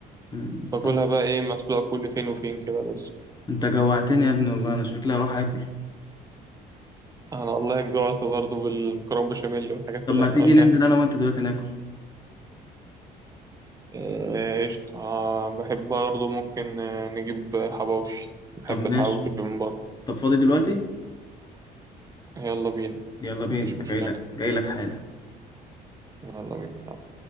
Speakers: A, on the left; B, on the right.
A: مم. بالظبط.
B: باكلها بقى ايه مسلوقة كل فين وفين كده بس
A: انت جوعتني يا ابن الله انا شكلي هروح اكل
B: انا والله جوعت برضو بالمكرونة بشاميل والحاجات
A: طب
B: اللي
A: ما
B: احنا
A: تيجي
B: قلناها
A: ننزل
B: دي
A: انا وانت دلوقتي ناكل
B: آه، قشطة آه، بحب برضو ممكن آه، نجيب حواوشي بحب
A: طب ماشي
B: الحواوشي من بره
A: طب فاضي دلوقتي
B: يلا بينا
A: يلا بينا
B: مفيش
A: انا
B: مشكلة
A: جاي لك جاي لك حالا
B: يلا بينا